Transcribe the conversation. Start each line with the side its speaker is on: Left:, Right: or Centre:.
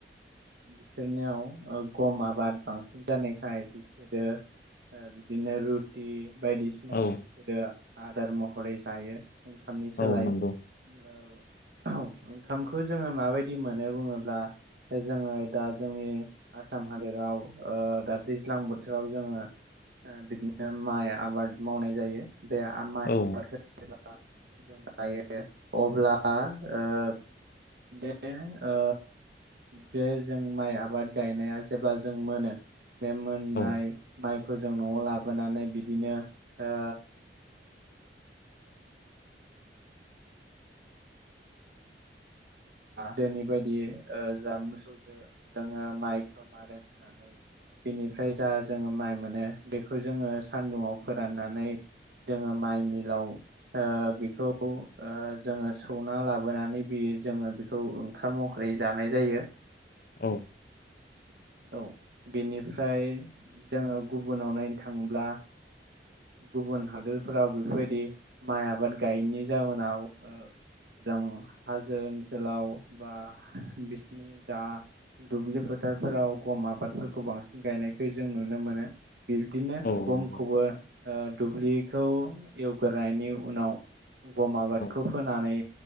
Right: बिसोरनियाव गम आबाद बांसिन जानायखाय बिसोरो ओ बिदिनो रुटि बायदिसिनाखौ
Left: औ
Right: बिसोरो आदार महरै जायो ओंखामनि सोलाय
Left: औ नंगौ
Right: <unintelligible> ओंखामखौ जोङो माबायदि मोनो बुङोब्ला जोङो दा जोंनि आसाम हादोराव ओ दा दैज्लां बोथोराव जोङो ओ बिदिनो माइ आबाद मावनाय जायो बे आ माइ
Left: औ
Right: आबादखौ एबा जों हायो अब्ला ओ बे ओ बे जों माइ आबाद गायनाया जेब्ला जों मोनो बे मोननाय
Left: औ
Right: माइखौ जों नआव लाबोनानै बिदिनो ओ दोनि बायदि जा मोसौजों जोङो माइखौ मारेन होनानै बिनिफ्राय जा जोङो माइ मोनो बेखौ जोङो सानदुंआव फोराननानै जोङो माइ मिलाव ओ बेखौ ओ जोङो सौना लाबोनानै बि बि जोङो बेखौ ओंखाम महरै जानाय जायो
Left: औ
Right: <unintelligible> औ बेनिफ्राय जोङो गुबुनाव नायनो थाङोब्ला गुबुन हादोरफोराव बेफोरबायदि माइ आबाद गायैनि जाउोनाव ओ जों हाजो ओनसोल ओनसोलाव बा बिसिनि दा दुब्लि फोथारफोराव गम आबादफोरखौ बांसिन गायनायखौ जों नुनो मोनो बिब्दिनो
Left: औ
Right: गमखौबो
Left: नंगौ
Right: दुब्लिखौ एवगोरोनायनायनि उनाव गम आबादखौ
Left: औ
Right: फोनानै